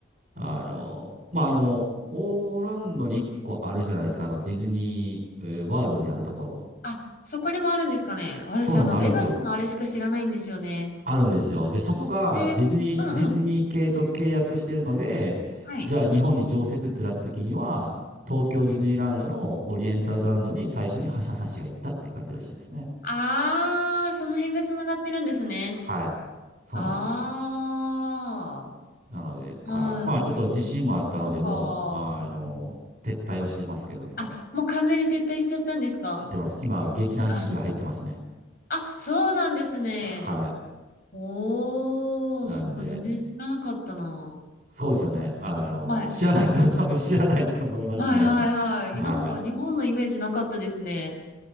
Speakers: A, on the right; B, on the left.
A: あの、まああの、オーランドに一個あるじゃないですか。あの、ディズニー、えーワールドにあるところ。
B: あ、そこにもあるんですかね。私、
A: そうなんです。
B: あの、
A: あるんですよ。
B: ベガスのあれしか知らないんですよね。
A: あるんですよ。で、そこがディズニー、
B: へーうんうん。
A: ディズニー系と契約してるので、
B: はい。
A: じゃあ日本に常設ってなった時には、東京ディズニーランドのオリエンタルランドに最初にはしゃはしが行ったって感じらしいですね。
B: あーその辺が繋がってるんですね。
A: はい。そうなんですよ。
B: あ
A: なので、はい。
B: あ、
A: まあ、
B: あーそういうことか。
A: ちょっと自信もあったので、もう、あの、撤退をしてますけども、
B: あ、もう完全に撤退しちゃったんですか
A: してます。今、劇団四季が入ってますね。
B: あ、あ、そうなんですね。
A: はい。
B: おー、
A: なんで、
B: そこ全然知らなかったな。
A: そうですよね。あの、
B: はい。
A: 知らない人は多分知らないと思いますね。
B: はいはいはい。
A: はい。
B: なんか日本のイメージなかったですね。